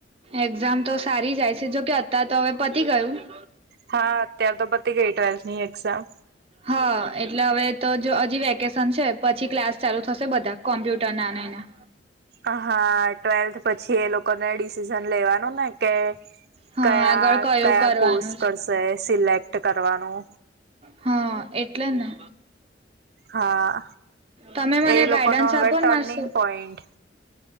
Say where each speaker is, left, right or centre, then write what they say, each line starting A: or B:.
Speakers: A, on the right; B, on the right.
A: એક્ઝામ તો સારી જાય છે જોકે તાર તો હવે પતી ગયું.
B: હા અત્યાર તો પતિ ગઈ ટેસ્ટ ની એક્ઝામ
A: હા એટલે હવે તો જો હજી વેકેશન છે પછી ક્લાસ ચાલુ થશે બધા કોમ્પ્યુટર નાના એના.
B: હ હા ટ્વેલ્થ પછી એ લોકો કોને ડીસીઝન લેવાનુ ને. કે
A: હા
B: કયા
A: આગળ કયું
B: કયા
A: કરવાનું
B: કોર્સ
A: છે
B: કરશે સિલેક્ટ કરવાનું
A: હા એટલે ને.
B: હા
A: તમે મને
B: એ લોકોનો
A: ગાઈડન્સ
B: હવે
A: આપો
B: ટર્નિંગ
A: ને મારે શું
B: પોઈન્ટ